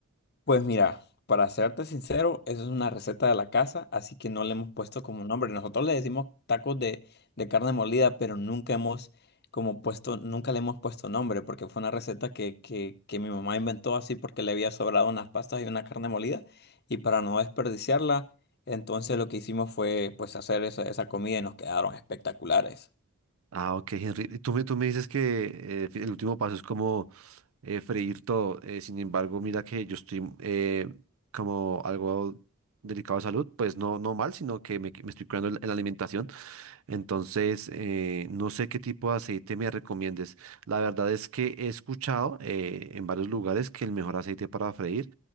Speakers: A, on the left; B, on the right.
A: Pues mira, para serte sincero, eso es una receta de la casa, así que no le hemos puesto como nombre. Nosotros le decimos tacos de, de carne molida, pero nunca hemos como puesto, nunca le hemos puesto nombre, porque fue una receta que, que, que mi mamá inventó así porque le había sobrado unas pastas y una carne molida, y para no desperdiciarla, entonces lo que hicimos fue pues hacer esa, esa comida y nos quedaron espectaculares.
B: Ah, ok, Henry. y Tú me, tú me dices que eh, el último paso es como eh, freír todo. eh, sin embargo, mira que yo estoy eh, como algo delicado de salud, pues no, no mal, sino que me, me estoy cuidando en la en la alimentación. Entonces, eh, no sé qué tipo de aceite me recomiendes. La verdad es que he escuchado eh, en varios lugares que el mejor aceite para freír